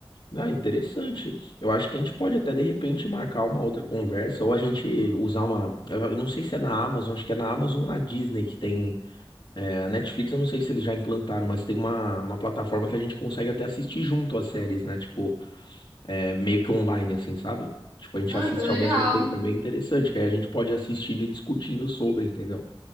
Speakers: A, on the left (about 50°); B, on the right (about 75°).
A: Ah, interessante. Eu acho que a gente pode até de repente marcar uma outra conversa, ou a gente usar uma. Eu não sei se é na Amazon, acho que é na Amazon ou na Disney que tem. É, a Netflix, eu não sei se eles já implantaram, mas tem uma, uma plataforma que a gente consegue até assistir junto as séries, né? Tipo, é, meio que online, assim, sabe? Tipo, a gente
B: Ai,
A: assiste
B: que legal.
A: ao mesmo tempo, é bem interessante, que aí a gente pode ir assistindo e discutindo sobre, entendeu?